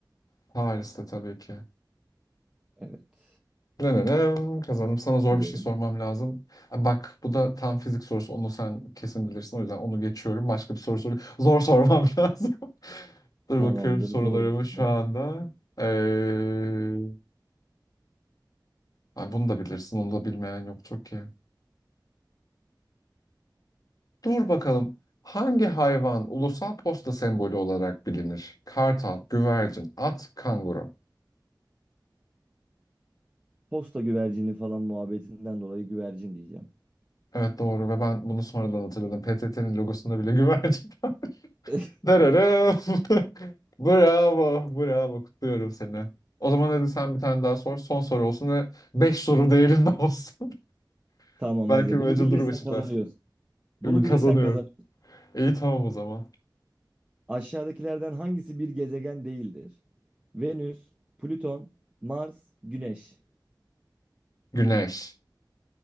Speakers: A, on the left; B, on the right.
A: Paris'te tabii ki.
B: Evet.
A: Ne ne ne kazandım. Sana zor
B: Duruyorum.
A: bir şey sormam lazım. Ha, Bak bu da tam fizik sorusu. Onu sen kesin bilirsin. O yüzden onu geçiyorum. Başka bir soru sor. Zor sormam <laughs> lazım. Dur
B: Tamamdır.
A: bakıyorum sorularımı
B: Zor bir soru.
A: şu anda. Ee, ay bunu da bilirsin. Onu da bilmeyen yok çok ki. Dur bakalım. Hangi hayvan ulusal posta sembolü olarak bilinir? Kartal, güvercin, at, kanguru.
B: Posta güvercini falan muhabbetinden dolayı güvercin diyeceğim.
A: Evet doğru ve ben bunu sonradan hatırladım. PTT'nin logosunda bile güvercin var.
B: <laughs>
A: <laughs> Dararım. <laughs> Bravo, bravo. Kutluyorum seni. O zaman hadi sen bir tane daha sor. Son soru olsun ve 5 soru değerinde olsun. <laughs>
B: Tamam
A: Belki
B: hadi.
A: böylece
B: Bunu bilirsen
A: durum eşitler.
B: kazanıyorsun. Bunu bilirsen
A: Kazanıyorum.
B: kazan.
A: İyi tamam o zaman.
B: Aşağıdakilerden hangisi bir gezegen değildir? Venüs, Plüton, Mars, Güneş.
A: Güneş.